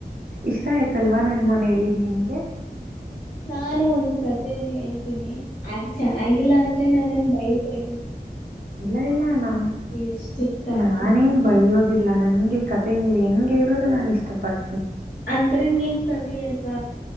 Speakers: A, on the right; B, on the left.
A: ಇಷ್ಟ ಆಯ್ತಲ್ವಾ ನನ್ ಮನಲ್ಲಿದ್ ನಿಮ್ಗೆ.
B: ನಾನು ಒಂದ್ ಕತೆಯನ್ನ ಹೇಳ್ತೀನಿ ಅದು ಚೆನ್ನಾಗಿಲ್ಲ ಅಂದ್ರೆ ನಾನನ್ ಬಯ ಬಿ
A: ಇಲ್ಲ ಇಲ್ಲ ನಾ
B: ಎಷ್ಟೇ ಸಾಕು
A: ನಾನೇನ್ ಬಯೋದ. ಇಲ್ಲ ನನ್ಗೆ ಕತೆ ನೀವು ಹೆಂಗ್ ಹೇಳಿದ್ರರು ನಾನ್ ಇಷ್ಟ ಪಡ್
B: ಅಂದ್ರಿ ನೀವ್ ಸವಿಯಲ್